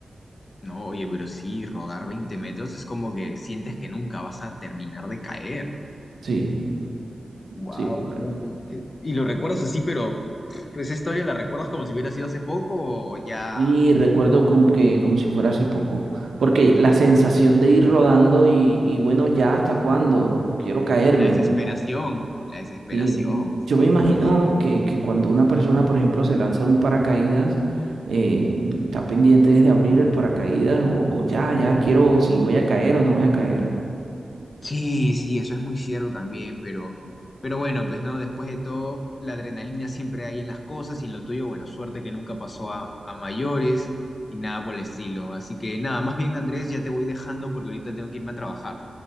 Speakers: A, on the left (about 40°); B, on the right (about 80°).
A: No, oye, pero sí, rodar 20 metros es como que sientes que nunca vas a terminar de caer.
B: Sí,
A: Wow,
B: sí, por ahí.
A: y lo recuerdas así, pero pff, esa historia la recuerdas como si hubiera sido hace poco o ya
B: Y recuerdo como que como si fuera hace poco, porque la sensación de ir rodando y, y bueno, ya hasta cuándo quiero caerme.
A: la desesperación, la desesperación,
B: Sí.
A: sí,
B: Yo me imagino
A: qué feo.
B: que, que cuando una persona, por ejemplo, se lanza un paracaídas, eh, está pendiente desde abrir el paracaídas o, o ya, ya quiero si voy a caer o no voy a caer.
A: Sí, sí, eso es muy cierto también, pero, pero bueno, pues no, después de todo, la adrenalina siempre hay en las cosas y en lo tuyo, bueno, suerte que nunca pasó a, a mayores y nada por el estilo. Así que nada, más bien Andrés, ya te voy dejando porque ahorita tengo que irme a trabajar.